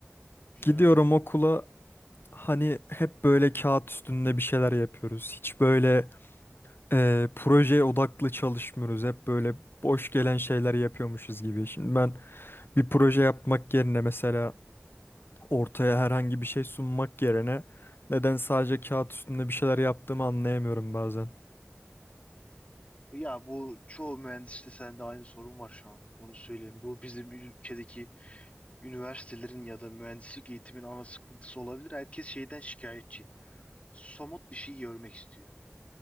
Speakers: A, on the left; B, on the left.
A: Güzel.
B: Gidiyorum okula hani hep böyle kağıt üstünde bir şeyler yapıyoruz. Hiç böyle e, projeye odaklı çalışmıyoruz. Hep böyle boş gelen şeyler yapıyormuşuz gibi. Şimdi ben bir proje yapmak yerine mesela ortaya herhangi bir şey sunmak yerine neden sadece kağıt üstünde bir şeyler yaptığımı anlayamıyorum bazen.
A: Ya bu çoğu mühendiste sende aynı sorun var şu an. Onu söyleyeyim. Bu bizim ülkedeki üniversitelerin ya da mühendislik eğitimin ana sıkıntısı olabilir. Herkes şeyden şikayetçi. Somut bir şey görmek istiyor.